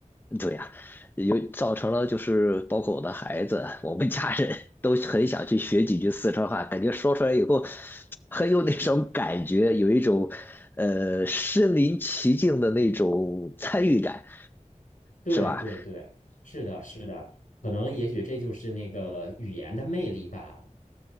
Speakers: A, on the left (about 15°); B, on the left (about 85°).
A: 对呀、有造成了就是包括我的孩子，我们家人都很想去学几句四川话，感觉说出来以后很有那种感觉，有一种呃身临其境的那种参与感，
B: 对对对，
A: 是吧？
B: 是的，是的，可能也许这就是那个语言的魅力吧。